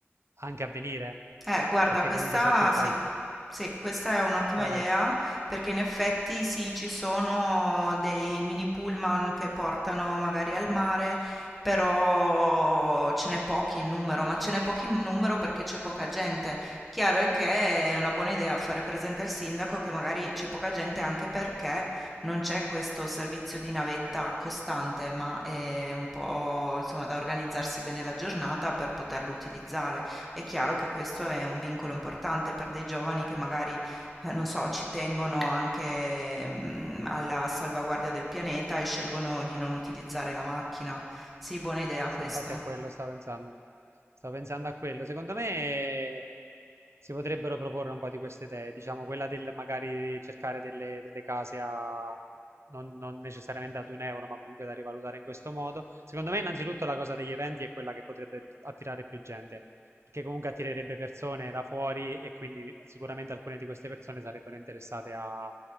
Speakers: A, on the right; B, in the centre.
A: anche a venire,
B: Eh, guarda,
A: perché
B: questa
A: comunque se è più facile.
B: sì, sì, questa è un'ottima
A: Vai,
B: idea
A: vai.
B: perché in effetti sì, ci sono dei mini pullman che portano magari al mare, però ce n'è pochi in numero, ma ce n'è pochi in numero perché c'è poca gente. Chiaro è che è una buona idea fare presente al sindaco che magari c'è poca gente anche perché non c'è questo servizio di navetta costante, ma è un po', insomma, da organizzarsi bene la giornata per poterlo utilizzare è chiaro che questo è un vincolo importante per dei giovani che magari, eh, non so, ci tengono anche mm, alla salvaguardia del pianeta e scelgono di non utilizzare la macchina. Sì, buona idea
A: Sì,
B: questa.
A: infatti a quello stavo pensando. Stavo pensando a quello. Secondo me si potrebbero proporre un po' di queste idee, diciamo quella del magari cercare delle, delle case a non, non necessariamente ad un euro, ma comunque da rivalutare in questo modo. Secondo me, innanzitutto, la cosa degli eventi è quella che potrebbe attirare più gente, perché comunque attirerebbe persone da fuori e quindi sicuramente alcune di queste persone sarebbero interessate a,